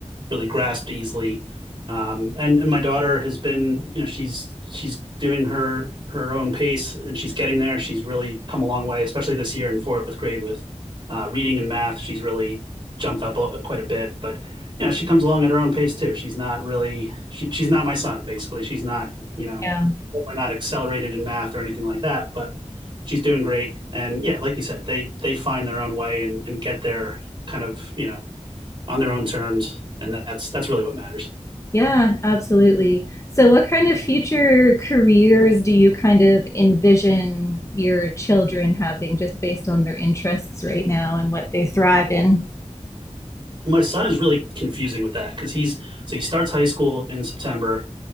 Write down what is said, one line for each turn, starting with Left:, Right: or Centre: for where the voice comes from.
Right: really grasped easily. Um, and and my daughter has been, you know, she's she's doing her her own pace and she's getting there. She's really come a long way, especially this year in fourth grade with uh, reading and math. She's really jumped up a, quite a bit, but you know, she comes along at her own pace too. She's not really she, she's not my son basically. She's not, you know,
Left: Yeah,
Right: we're not accelerated in math or anything like that, but she's doing great. And yeah, like you said, they they find their own way and, and get there kind of, you know, on their own terms. And that's that's really what matters.
Left: yeah, absolutely. So, what kind of future careers do you kind of envision your children having, just based on their interests right now and what they thrive in?
Right: Well, my son is really confusing with that because he's so he starts high school in September